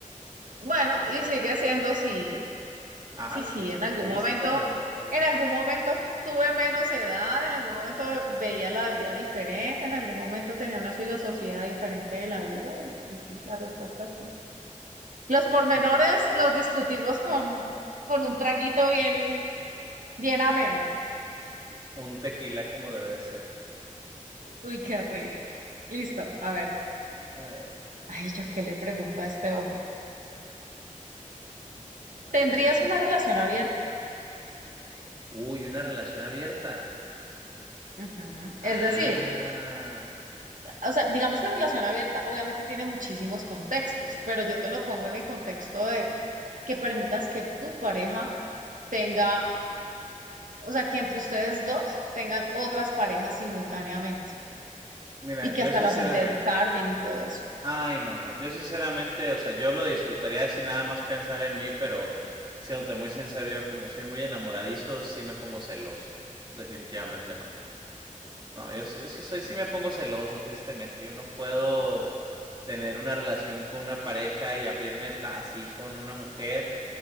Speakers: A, on the right; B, on the right.
A: Bueno, y sigue siendo sí,
B: Ay,
A: sí,
B: Jesucristo
A: sí, en algún momento,
B: Redentor.
A: en algún momento tuve menos edad, en algún momento veía la vida diferente, en algún momento tenía una filosofía diferente de la vida, y, y sí, la respuesta es sí. Los pormenores
B: Ok,
A: los discutimos con, con un traguito bien, bien ameno.
B: un tequila como debe de ser.
A: Uy, qué rico. Listo, a ver.
B: A ver,
A: Ay, yo qué le pregunto a este hombre.
B: vamos
A: ¿Tendrías
B: a ver.
A: una relación abierta?
B: Uy, una relación abierta.
A: Ujú.
B: Ajá.
A: Es decir, o sea, digamos que relación abierta obviamente tiene muchísimos contextos, pero yo te lo pongo en el contexto de que permitas que tu pareja tenga, o sea, que entre ustedes dos tengan otras parejas simultáneamente
B: Mira,
A: y
B: yo
A: que hasta
B: sincera.
A: las intercambien y todo eso.
B: Ay, no, no. Yo sinceramente, o sea, yo lo disfrutaría sin nada más pensar en mí, pero siéndote muy sincero, yo como soy muy enamoradizo, sí me pongo celoso. Definitivamente no. No, yo, sí, yo sí soy, sí me pongo celoso, tristemente. Yo no puedo tener una relación con una pareja y abrirme ta- así con una mujer